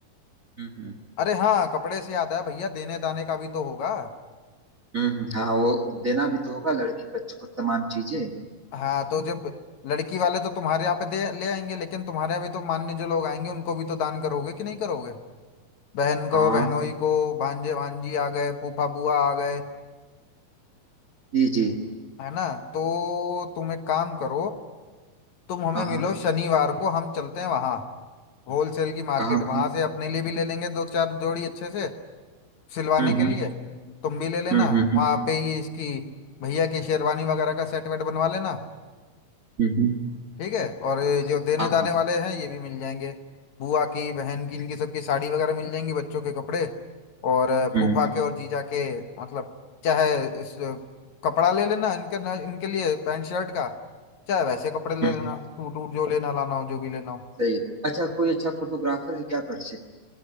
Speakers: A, on the right; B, on the left.
A: हम्म हम्म।
B: अरे हाँ कपड़े से याद है भैया देने दाने का भी तो होगा
A: हम्म हम्म, हाँ वो देना भी तो होगा लड़की पक्ष को तमाम चीजें
B: हाँ तो जब लड़की वाले तो तुम्हारे यहाँ पे दे ले आएंगे लेकिन तुम्हारे यहाँ भी तो मान्य जो लोग आएंगे उनको भी तो दान करोगे कि नहीं करोगे बहन को
A: हाँ
B: बहनोई को भांजे भांजी आ गए फूफा बुआ आ गए
A: जी जी
B: है ना तो तुम एक काम करो तुम हमें
A: हाँ
B: मिलो
A: हाँ
B: शनिवार को हम चलते हैं वहां होलसेल की मार्केट
A: कहाँ घूम
B: वहां से अपने लिए भी ले लेंगे दो चार जोड़ी अच्छे से सिलवाने
A: हम्म
B: के
A: हम्म
B: लिए तुम भी ले लेना
A: हम्म हम्म
B: वहां पे ही इसकी भैया की शेरवानी वगैरह का सेट वेट बनवा लेना
A: हम्म हम्म,
B: ठीक है और ये जो देने
A: हाँ
B: दाने
A: हाँ
B: वाले हैं ये भी मिल जाएंगे बुआ की बहन की इनकी सबकी साड़ी वगैरह मिल जाएंगी बच्चों के कपड़े और अ,
A: हम्म
B: फूफा के और जीजा के मतलब चाहे इस अ, कपड़ा ले लेना इनके ना इनके लिए पैंट शर्ट का चाहे वैसे कपड़े ले
A: हम्म,
B: लेना सूट वूट जो लेना लाना हो जो भी लेना हो
A: सही है अच्छा कोई अच्छा फोटोग्राफर है क्या परिचित